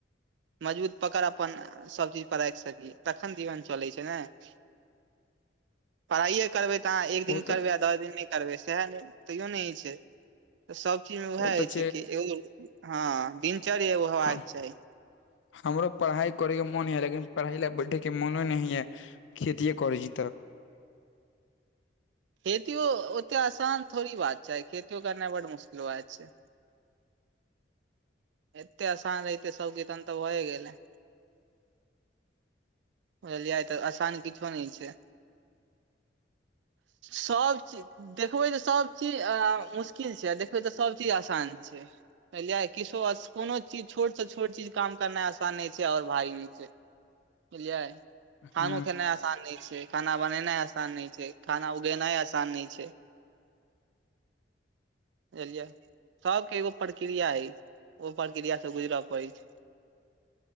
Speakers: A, on the right; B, on the left.
A: मजबूत पकड़ अपन सब चीज पर राखि सकी, तखन जीवन चलै छै ने। <inaudible> पढ़ाइए करबै तऽ अहाँ एक दिन
B: ओ
A: करबै
B: तऽ
A: आ दस दिन नहि करबै सएह नहि तैओ नहि होइ छै। तऽ सब चीज मे वैह
B: ओ
A: होइ
B: तऽ
A: छै कि एगो हँ, दिनचर्या एगो हेबाक
B: हम
A: चाही।
B: हमरो पढ़ाई करै के मोन होइये, लेकिन पढ़ै ले बैठे के मोने नै होइये। खेतीए करै छी तऽ।
A: खेतियो ओते आसान थोड़ी बात छै, खेतियो करनाइ बड मुश्किल बात छै। एते आसान रहितै सबके तखन तऽ भैये गेलै। बुझलियै तऽ आसान किछो नहि छै, सब चीज देखबै तऽ सब चीज मुश्किल छै, देखबै तऽ सब चीज आसान छै। बुझलियै किछो कोनो चीज छोट से छोट चीज काम करनाइ आसान नहि छै, और भारी नै छै। बुझलियै,
B: ह
A: खानो खेनै आसान नहि छै, खाना बनेनाइ आसान नहि छै, खाना उगेनाइ आसान नहि छै। बुझलियै, सबके एगो प्रक्रिया अछि ओ प्रक्रिया से गुजरय पड़ैत छै।